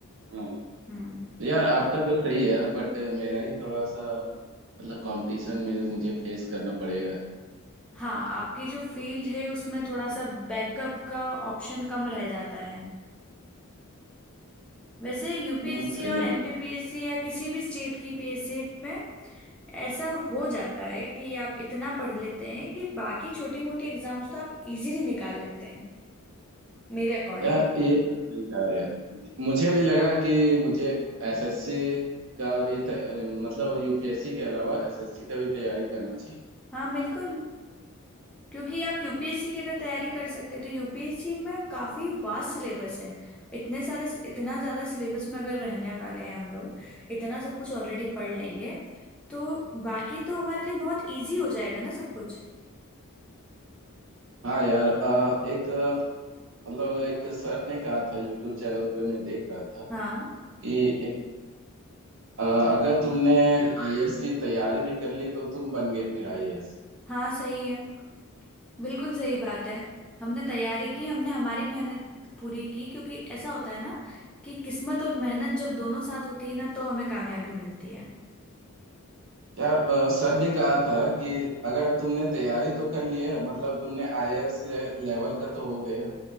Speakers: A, on the right (about 55°); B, in the centre.
A: हाँ
B: हम्म
A: यार आपका तो सही है बट मेरा ही थोड़ा सा मतलब कंपटीशन में मुझे फेस करना पड़ेगा
B: हाँ आपकी जो फील्ड है उसमें थोड़ा सा बैकअप का ऑप्शन कम रह जाता है वैसे यूपीएससी
A: हम्म सही
B: और
A: है
B: एमपीपीएससी या किसी भी स्टेट की पीएससी पे ऐसा हो जाता है कि आप इतना पढ़ लेते हैं कि बाकी छोटी मोटी एग्जाम्स तो आप इजीली निकाल लेते हैं मेरे अकॉर्डिंग
A: या ये तो सही कहा यार मुझे भी लगा कि मुझे एसएससी का भी त- मतलब यूपीएससी के अलावा एसएससी का भी तैयारी करना चाहिए
B: हाँ बिल्कुल क्योंकि आप यूपीएससी की अगर तैयारी कर सकते हैं तो यूपीएससी में काफी वास्ट सिलेबस है इतने सारे इतना ज्यादा सिलेबस में अगर रहने वाले हैं हम लोग इतना सब कुछ ऑलरेडी पढ़ लेंगे तो बाकी तो हमारे लिए बहुत इजी हो जाएगा ना सब कुछ
A: हाँ यार अ, एक अ, मतलब एक सर ने कहा था यूट्यूब चैनल पे मैं देख रहा था
B: हाँ
A: कि एक अ, अगर तुमने आईएएस की तैयारी भी कर ली तो तुम बन गए फिर आईएएस
B: हाँ सही है बिल्कुल सही बात है हमने तैयारी की हमने हमारी मेहनत पूरी की क्योंकि ऐसा होता है ना कि किस्मत और मेहनत जब दोनों साथ होती है ना तो हमें कामयाबी मिलती है
A: यार अ, सर ने कहा था कि अगर तुमने तैयारी तो कर ली है मतलब तुमने आईएएस लेवल का तो हो गए